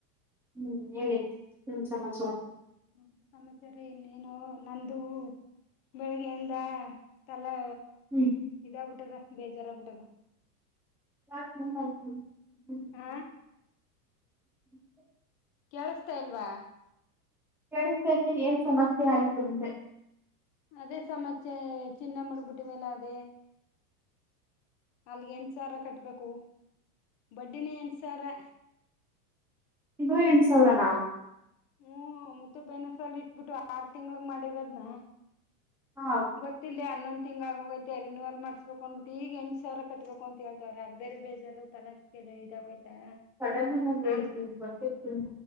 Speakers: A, in the centre; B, on the left.
A: ಹ್ಮ್ ಹೇಳಿ ಏನ್ ಸಮಾಚಾರ.
B: ಹ್ಮ ಸಮಾಚಾರ ಇನ್ನೇನು ನಂದು ಬೆಳಗ್ಗೆ ಯಿಂದ ತ. ಒಳ್ಳೆ
A: ಹ್ಮ್
B: ಇದಾಗ್ ಬಿಟ್ಟದ. ಬೇಜಾರ್ ಆಗ್ಬಟದ.
A: <unintelligible>
B: ಹ
A: <inaudible>
B: ಕೇಳಸ್ತಾ ಇಲ್ವಾ
A: ಕೇಳಿಸ್ತೈತೆ ಏನ್ ಸಮಸ್ಯೆ ಆಯ್ತು ಅಂದೆ.
B: ಅದೇ ಸಮಚೆ ಚಿನ್ನ ಮುಡ್ಗ್ಬಿಟ್ ಮೇಲ ಅದೇ ಅಲ್ಲಿಗೆ ಎಂಟ್ ಸಾವಿರ ಕಟ್ಬೇಕು. ಬಡ್ಡಿನೆ ಎಂಟ್ ಸಾವರ.
A: ಇನ್ನು ಎಂಟು ಸಾವರನಾ.
B: ಹ್ಮ್ ಮುತ್ತು ಪೈನಸಲ್ ಇಟ್ಬಿಟ್ಟು ಆರ್ ತಿಂಗ್ಳು ಮಾಡಿರದ್ನ.
A: ಹಾ
B: ಗೊತ್ತಿಲ್ದೆ ಅನ್ನೊಂದು ತಿಂಗ್ಳ್ ಆಗೋಗೈತೆ ರಿನಿವಲ್ ಮಾಡಸ್ಬೇಕು ಅನ್ಬುಟ್ಟೀಗ್ ಈಗ್ ಎಂಟ್ ಸಾವಿರ ಕಟ್ಬೇಕು ಅಂತೇಳ್ತವ್ರೆ ಅದು ಬೇರೆ ಬೇಜಾರು ತಲೆ. ಗೆದೆ ಇದಾಗೊಯ್ತಾ
A: ಸಡನ್ ಆಗಿ ಹಂಗ್ ಹೇಳಿದ್ರೆ
B: ಆಂ
A: ಗೊತ್ತಿರ್ತಿಲ್ಲ